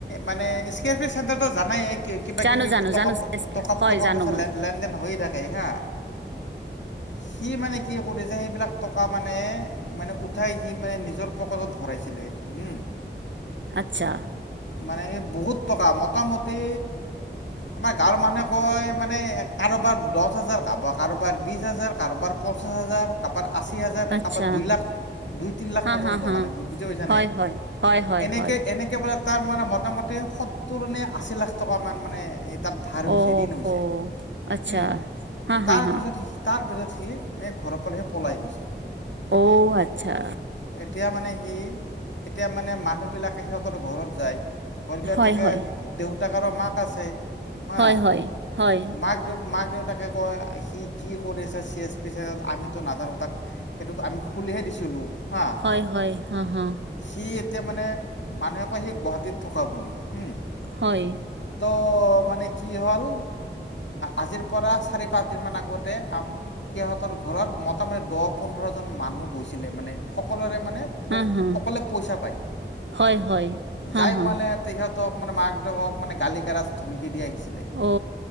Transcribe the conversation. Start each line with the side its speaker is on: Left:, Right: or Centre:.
Left: মানে স্কেপি চেণ্টাৰটো জানাই কিবা
Right: জানো
Left: কিবি
Right: জানো
Left: টকা
Right: জানো
Left: টকা
Right: হয়
Left: টকা
Right: জানো
Left: পইচা
Right: মই
Left: লেনদেন হৈে থাকে হা। সি মানে কি কৰিছে সেইবিলাক টকা মানে মানে উঠাই সি মানে নিজৰ পকেটত ভৰাইছিলে হা
Right: আচ্ছা।
Left: মানে সেই বহুত টকা মোটামুটি আমাৰ গাঁৱৰ মানুহে কয় মানে, কাৰোবাৰ দছ হাজাৰ কাৰোবাৰ কাৰোবাৰ বিছ হাজাৰ কাৰোবাৰ পঞ্চাছ হাজাৰ কাৰোবাৰ আশী হাজাৰ
Right: আচ্ছা
Left: কাৰোবাৰ দুই লাখ, দুই তিন লাখ
Right: হা
Left: পৰ্যন্ত
Right: হা হা
Left: মানে বুজি পাইছা
Right: হয়
Left: নে
Right: হয় হয় হয়
Left: এনেকে
Right: হয়
Left: এনেকে একেবাৰে তাৰ মানে মোটামুটি সত্তৰ নে আশী লাখ টকামান মানে তাত ধাৰ হৈছে
Right: অহ
Left: ঋণ হৈছে
Right: আচ্ছা
Left: হু
Right: হা হা
Left: তাৰপিছত
Right: হা
Left: তাৰপিছত সি এই ঘৰৰ পৰা হে পলাই গৈছে।
Right: অ' আচ্ছা।
Left: এতিয়া, মানে সি এতিয়া, মানে মানুহবিলাকে সিহঁতৰ ঘৰত যায়। বৰদেতাক
Right: হয়
Left: থাকে
Right: হয়
Left: দেউতাক আৰু মাক আছে। মা
Right: হয় হয় হয়
Left: মাক দেউ মাক দেউতাকাকে কয়, সি কি কৰিছে চি এছ পি চেণ্টাৰত আমিতো নাজানো তাক। সেইটোক আমি খুলিহে দিছিলোঁ। হা
Right: হয়, হয়, হা, হা।
Left: সি এতিয়া মানে মানুহে কয় সি গুৱাহাটীত থকা বুলি হো।
Right: হয়।
Left: ত' মানে কি হ'ল আজিৰ পৰা চাৰি পাঁচদিনমান আগতে সিহঁতৰ ঘৰত মোটামুটি দহ পোন্ধৰ জন মানুহ গৈছিলে, মানে সকলোৰে মানে
Right: হা হা
Left: সকলোৱে পইচা পায়।
Right: হয় হয় হা
Left: যাই
Right: হা
Left: মানে সিহঁতক মানে মাক দেউতাকক মানে গালি গালাজ ধমকি দি আহিছিলে
Right: অ